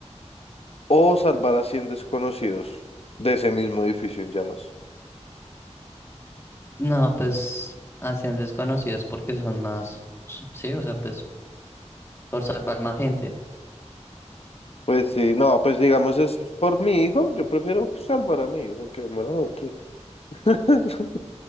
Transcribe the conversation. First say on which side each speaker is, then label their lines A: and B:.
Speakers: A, on the left (about 55°); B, on the left (about 20°).
A: o salvar a 100 desconocidos de ese mismo edificio en llamas.
B: No, pues hacían desconocidos porque son más, s- sí, o sea, pues por salvar más gente.
A: Pues sí, no, pues digamos es por mi hijo, yo prefiero salvar a mi hijo que muera otro. <laughs>